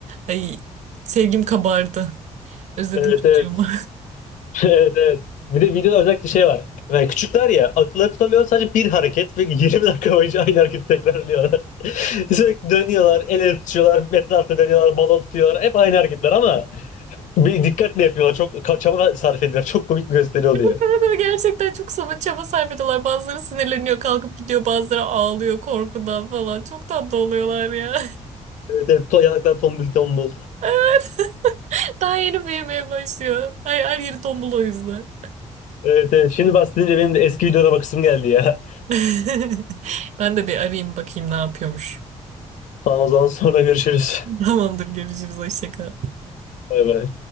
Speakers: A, on the right (about 70°); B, on the left (about 80°).
A: Ay sevgim kabardı. Özledim
B: Evet
A: çocuğumu.
B: evet. <laughs> Evet evet. Bir de videoda özellikle şey var. Yani küçükler ya akılları tutamıyor sadece bir hareket ve <laughs> 20 dakika boyunca aynı hareketi tekrarlıyorlar. <laughs> Sürekli dönüyorlar, el ele tutuyorlar, etrafta dönüyorlar, balon tutuyorlar. Hep aynı hareketler ama bir dikkatle yapıyorlar. Çok ka- çaba sarf ediyorlar. Çok komik bir gösteri oluyor.
A: Evet, evet, gerçekten çok saba çaba sarf ediyorlar. Bazıları sinirleniyor, kalkıp gidiyor. Bazıları ağlıyor korkudan falan. Çok tatlı oluyorlar ya.
B: Evet evet. To yanaklar tombul tombul.
A: <laughs> Daha yeni büyümeye başlıyor. Her, her yeri tombul o yüzden.
B: Evet evet. Şimdi bahsedince benim de eski videolara bakısım geldi ya.
A: <laughs> Ben de bir arayayım bakayım ne yapıyormuş.
B: <laughs> Tamam o zaman sonra görüşürüz.
A: <laughs> Tamamdır, görüşürüz. Hoşça kal.
B: Bay bay.